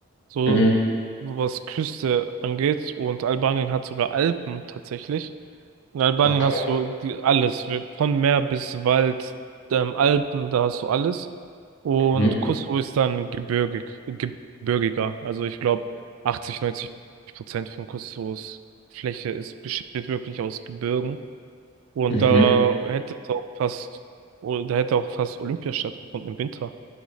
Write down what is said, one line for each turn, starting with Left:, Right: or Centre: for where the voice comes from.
Right: so
Left: mhm,
Right: was Küste angeht. Und Albanien hat sogar Alpen tatsächlich. In Albanien
Left: okay,
Right: hast du die, alles, wir- von Meer bis Wald, ähm, Alpen, da hast du alles. Und
Left: mhm,
Right: Kosovo ist dann gebirgig, gebirgiger. Also ich glaube, achtzig neunzig Prozent von Kosovos Fläche ist, besteht wirklich aus Gebirgen. Und
Left: mhm.
Right: da hätte es auch fast, oh, da hätte auch fast Olympia stattgefunden im Winter